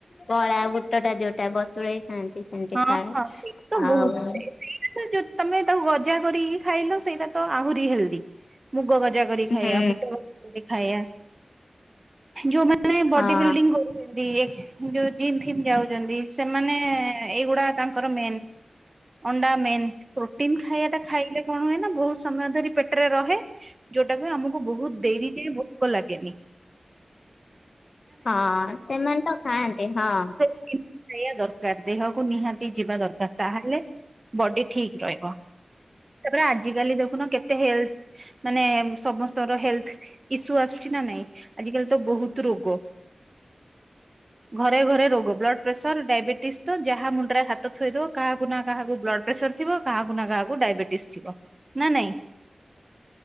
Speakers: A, on the left (about 75°); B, on the right (about 40°).
A: କଳା ବୁଟ ଟା ଯୋଉଟା ବତୁରେଇ ଖାଆନ୍ତି। ସେମିତି
B: ହଁ
A: ଖାଏ।
B: ହଁ ସେଇ ତ
A: ଆଉ
B: ବହୁତ ସେ ସେଇଟା ତ ଯ ତମେ ତାକୁ ଗଜା କରିକି ଖାଇଲ ସେଇଟା ତ ଆହୁରି ହେଲ୍ଦି ମୁଗ ଗଜା କରି
A: ହୁଁ
B: ଖାଇବା ବୁଟ ଗ ଏ ଖାଇୟା ଯୋଉ ମାନେ ବଡି
A: ହଁ
B: ବିଲ୍ଡିଙ୍ଗ କରୁ ଛନ୍ତି ଯୋଉ ଜିମ୍ ଫିମ୍ ଯାଉଛନ୍ତି ସେମାନେ ଏଇଗୁଡା ତାଙ୍କର ମେନ୍ ଅଣ୍ଡା ମେନ୍ ପ୍ରୋଟିନ୍ ଖାଇବା ଟା ଖାଇଲେ କଣ ହୁଏ ନା ବହୁତ ସମୟ ଧରି ପେଟରେ ରହେ ଯୋଉଟାକୁ ଆମକୁ ବହୁତ ଡେରି ଯାଏ ଭୋ କ ଲାଗେନିି।
A: ହଁ ସେମାନେ ତ ଖାଆନ୍ତି ହଁ।
B: ସେଇୟା ଦରକାର ଦେହକୁ ନିହାତି ଯିବା ଦରକାର ତାହେଲେ ବଡି ଠିକ ରହିବ ତାପରେ ଆଜିକାଲି ଦେଖୁନ କେତେ ହେଲ୍ଥ ମାନେ ସମସ୍ତଙ୍କର ହେଲ୍ଥ ଇସୁ ଆସୁଛି ନା ନାଇଁ ଆଜି କାଲି ତ ବହୁତ ରୋଗ। ଘରେ ଘରେ ରୋଗ ବ୍ଲଡ୍ ପ୍ରେସର ଡାଇବେଟିସ୍ ଯାହା ମୁଣ୍ଡରେ ହାତ ଥୋଇଦବ କାହାକୁ ନା କାହାକୁ ବ୍ଲଡ ପ୍ରେସର ଥିବ କାହାକୁ ନା କାହାକୁ ଡାଇବେଟିସ ଥିବ। ନା ନାଇଁ